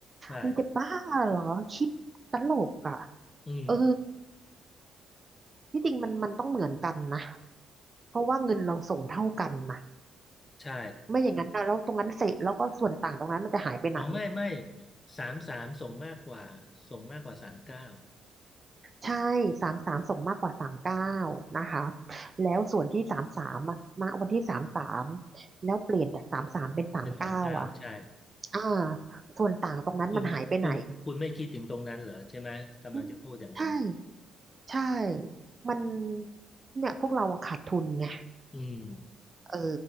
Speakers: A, on the left; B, on the right.
A: ใช่
B: มึงจะบ้าเหรอคิดตลกอ่ะ
A: อืม
B: เออที่จริงมันมันต้องเหมือนกันนะเพราะว่าเงินเราส่งเท่ากันนะ
A: ใช่
B: ไม่อย่างนั้นนะแล้วตรงนั้นเสร็จแล้วก็ส่วนต่างตรงนั้นมันจะหายไปไหน
A: อ๋อไม่ไม่สามสามส่งมากกว่าส่งมากกว่าสามเก้า
B: ใช่สามสามส่งมากกว่าสามเก้านะคะแล้วส่วนที่สามสามณวันที่สามสามแล้วเปลี่ยนจากสามสามเป็นสามเก้าอ่ะ
A: เป็นสามเก้าใช่
B: อ่าส่วนต่างตรงนั้นมันหายไปไหน
A: คุณคุณคุณไม่คิดถึงตรงนั้นเหรอใช่ไหมกำลังจะพูดอย่างนั้น
B: อืมใช่ ใช่ มันเนี่ยพวกเราอะขาดทุนไง
A: อืม
B: เออ